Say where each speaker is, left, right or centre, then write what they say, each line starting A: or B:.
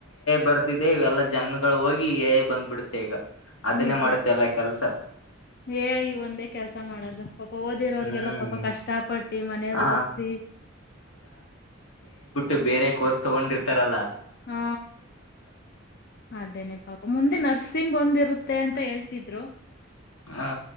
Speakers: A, on the left; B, on the left.
A: ಬರ್ತ ೇವ್ ಎಲ್ಲಾ ಜನ್ಗಳು ಹೋಗಿ ಬಂದ್ಬಿಡುತ್ತೆ ಈಗ ಅದನ್ನೇ
B: ನಿಜ
A: ಮಾಡುತ್ತೆ ಎಲ್ಲ ಕೆಲ್ಸ
B: ಏ ಈ ಒಂದೇ ಕೆಲ್ಸ ಮಾಡದು ಓದಿರೋರ್ಗೆಲ್ಲ
A: ಹ್ಮ್
B: ಪಾಪ ಕಷ್ಟ ಪಟ್ಟಿ ಮನೇಲ್
A: ಹ
B: ಓದ್ಸಿ
A: ಅು ಬೇರೆ ಕೋರ್ಸ್ ತಗೊಂಡಿರ್ತಾರಲ್ಲಾ
B: ಹಾ ಅದೇನೆ ಪಾಪ ಮುಂದೆ ನರ್ಸಿಂಗ್ ಒಂದಿರುತ್ತೆ ಮೆ ಅಂತ ಹೇಳ್ತಿದ್ರು
A: ಹಾ